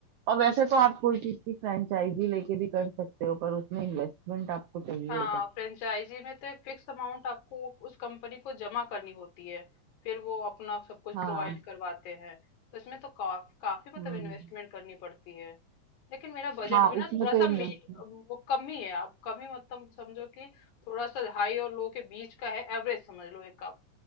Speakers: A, on the right; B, on the left.
A: और वैसे तो आप कोई चीज की फ्रेंचाइजी लेके भी कर सकते हो पर उसमें इन्वेस्टमेंट आपको चाहिए
B: हाँ
A: होगा
B: फ्रेंचाइजी में तो एक फिक्स अमाउंट आपको वो- उस कंपनी को जमा करनी होती है फिर वो अपना सब कुछ
A: हाँ
B: प्रोवाइड करवाते हैं तो इसमें तो काफ, काफी मतलब
A: हम्म
B: इन्वेस्टमेंट करनी पड़ती है लेकिन मेरा बजट
A: हाँ
B: भी ना
A: उसमें
B: थोड़ा
A: तो
B: सा
A: इन्वेस्टमेंट
B: मीट वो कम ही है आप कम ही मतलब समझो कि थोड़ा सा हाई और लो के बीच का है एवरेज समझ लो एक आप